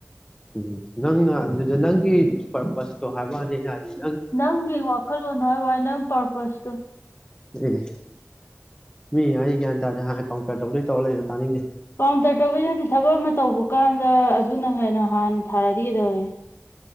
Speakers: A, on the left; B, on the left.
A: ꯎꯝ ꯅꯪꯅ ꯑꯗꯨꯗ ꯅꯪꯒꯤ ꯄꯔꯄꯁꯇꯣ ꯍꯥꯏꯕ ꯋ꯭ꯅꯤ ꯑꯩꯅꯥ ꯍꯥꯏꯕꯗꯤ
B: ꯅꯪꯒꯤ ꯋꯥꯈꯜꯂꯣꯟꯗꯣ ꯍꯥꯏ ꯋꯥꯅꯦ ꯅꯪ ꯄꯔꯄꯁꯇꯣ
A: ꯑꯦ ꯑꯦ ꯃꯤ ꯍꯥꯢꯖꯦ ꯒ꯭ꯌꯥꯟ ꯇꯥꯗꯦ ꯍꯥꯟꯅ ꯀꯥꯎꯟꯇꯔ ꯇꯧꯗꯣꯏ ꯇꯧꯔ ꯂꯩꯑꯣ ꯇꯥꯅꯤꯡꯗꯦ
B: ꯀꯥꯎꯟꯇꯔ ꯇꯧꯕꯩ ꯅꯠꯇꯦ ꯊꯕꯛ ꯑꯃ ꯇꯧꯕ ꯀꯥꯟꯗ ꯑꯗꯨꯅ ꯍꯦ ꯅꯍꯥꯟ ꯊꯔꯥꯗꯤ ꯀꯩꯗꯧꯋꯤ